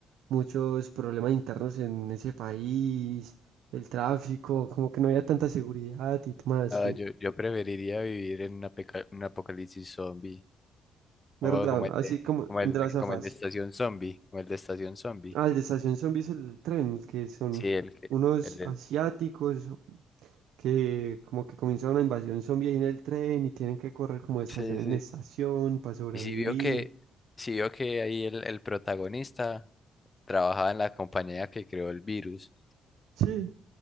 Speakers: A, on the right (about 85°); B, on the left (about 25°).
A: muchos problemas internos en ese país, el tráfico, como que no había tanta seguridad y demás.
B: No,
A: sí.
B: yo, yo preferiría vivir en una peca- un apocalipsis zombie. Como,
A: ¿verdad?
B: como el de,
A: Así como
B: como el,
A: entre las afas.
B: como el de Estación Zombie. Como el de Estación Zombie.
A: Ah, el de Estación Zombies, el tren, que son
B: Sí, el que.
A: unos
B: El, del-
A: asiáticos que como que comienza una invasión zombie ahí en el tren y tienen que correr como de estación
B: Sí, sí.
A: en estación para sobrevivir.
B: Y si vio que, si vio que ahí el, el protagonista trabajaba en la compañía que creó el virus.
A: Sí,